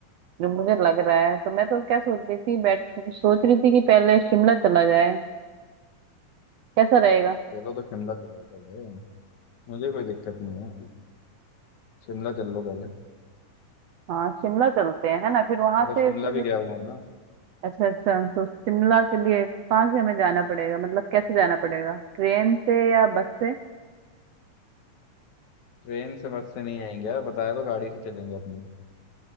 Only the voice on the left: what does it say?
चलो तो शिमला चलो पहले मुझे कोई दिक्कत नहीं है शिमला चल लो पहले
मैं
तो शिमला
भी गया हुआ हूँ ना
ट्रेन से बस से नहीं आएंगे यार बताया तो गाड़ी से चलेंगे अपनी